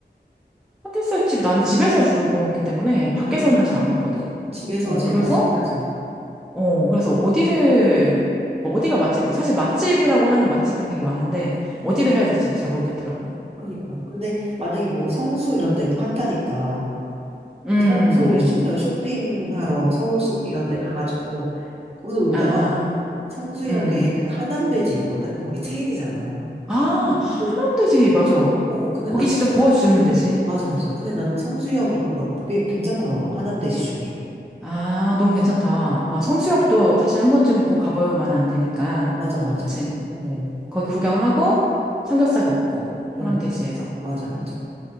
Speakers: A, in the centre; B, on the right.
A: 삼겹살 집, 나는 집에서 주로 구워 먹기 때문에 밖에서는
B: 하긴,
A: 잘 안 먹거든?
B: 집에서가
A: 어,
B: 제일
A: 그래서
B: 맛있긴 하지. 뭐.
A: 어, 그래서 어디를, 뭐 어디가 맛집인지, 사실 맛집이라고 하는 맛집은 되게 많은데, 어디를 해야 될지 잘 모르겠더라고.
B: 그니까. 근데 만약에 뭐 성수 이런 데도 핫하니까
A: 음,
B: 그 성수
A: 음.
B: 쇼- 어, 쇼핑하러 서울숲 이런 데 가가지고 거기서 놀다가
A: 아,
B: 성수역에
A: 음.
B: 그 하남베지 있거든? 거기 체인이잖아.
A: 아,
B: 그-
A: 하남돼지, 맞아.
B: 어, 근데
A: 고기
B: 나는
A: 직접 구워주는 돼지.
B: 맞아, 맞아. 근데 나는 성수역이 거기 없- 꽤 괜찮더라고. 하남대지 중에.
A: 아, 너무 괜찮다.
B: 응,
A: 아, 성수역도
B: 응.
A: 사실 한 번쯤은 꼭 가봐야만 안 되니까.
B: 맞아, 맞아.
A: 그치.
B: 응.
A: 거기
B: 그런데,
A: 구경하고, 삼겹살 먹고,
B: 응,
A: 하남돼지에서.
B: 맞아, 맞아.